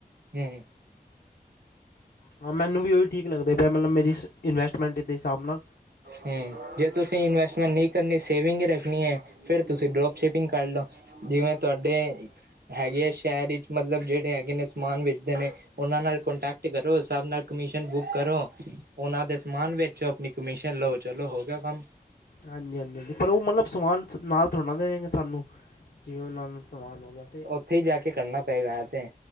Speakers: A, on the right; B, on the left.
A: ਹੂੰ।
B: ਹਾਂ ਮੈਨੂੰ ਵੀ ਓਹੀ ਠੀਕ ਲੱਗਦਾ ਪਿਆ ਮਤਲਬ ਮੇਰੀ ਇਨਵੈਸਟਮੈਂਟ ਦੇ ਹਿਸਾਬ ਨਾਲ।
A: ਹੂੰ, ਜੇ ਤੁਸੀਂ ਇਨਵੈਸਟਮੈਂਟ ਨੀ ਕਰਨੀ ਸੇਵਿੰਗ ਹੀ ਰੱਖਣੀ ਐ। ਫੇਰ ਤੁਸੀਂ ਡਰੋਪ ਸ਼ਿਪਿੰਗ ਕਰ ਲਓ ਜਿਵੇਂ ਤੁਹਾਡੇ ਹੈਗੇ ਆ ਸ਼ਹਿਰ ਇੱਚ ਮਤਲਬ ਜੇੜੇ ਹੈਗੇ ਨੇ ਸਮਾਨ ਵੇਚਦੇ ਨੇ ਉਨਾਂ ਨਾਲ ਕੋਂਟੈਕਟ ਕਰੋ, ਸਭ ਨਾਲ ਕਮਿਸ਼ਨ ਬੁੱਕ ਕਰੋ, ਉਹਨਾਂ ਦੇ ਸਮਾਨ ਵੇਚੋ ਆਪਣੀ ਕਮਿਸ਼ਨ ਚੱਲੋ-ਚੱਲੋ ਹੋ ਗਿਆ ਕਮ।
B: ਹਾਂਜੀ-ਹਾਂਜੀ-ਹਾਂਜੀ ਪਰ ਓ ਮਤਲਬ ਸਮਾਨ ਨਾਲ ਥੋੜ੍ਹਣਾ ਦੇਵੇਂਗਾ ਸਾਨੂੰ। ਜਿ ਉਨੂੰ ਸਮਾਨ ਹੋ ਗਿਆ ਤੇ
A: ਓਥੇ ਹੀ ਜਾ ਕੇ ਕਰਨਾ ਪਏਗਾ, ਤੇ